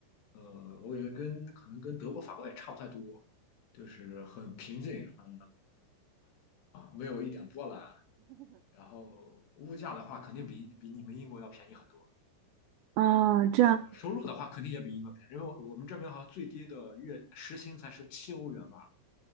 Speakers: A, on the left (about 60°); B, on the right (about 80°).
A: 呃，我感觉跟可能跟德国、法国也差不太多，就是很平静，很没有一点波澜。然后物价的话，肯定比比你们英国要便宜很多。
B: 啊，这样
A: 然后收入的话，肯定也比英国便宜，因为我我们这边好像最低的月时薪才是七欧元吧，